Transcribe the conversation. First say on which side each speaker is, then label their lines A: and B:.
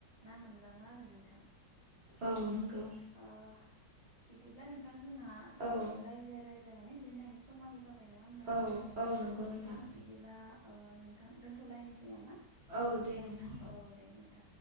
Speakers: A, on the right (about 75°); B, on the right (about 55°).
A: ना मोनबाङा आरो नोंथां
B: औ नंगौ
A: ओ बिदिब्ला नोंथां जोंना ओ
B: औ
A: रायज्लाय रायज्लाय माने दोन्नायनि समाबो जा जाबाय नङा होमबा
B: औ नंगौ
A: औ
B: नोंथां
A: बिदिब्ला ओ नोंथां दोनथ'लायनोसै नामा।
B: औ दे नोंथां।
A: औ दे नोंथां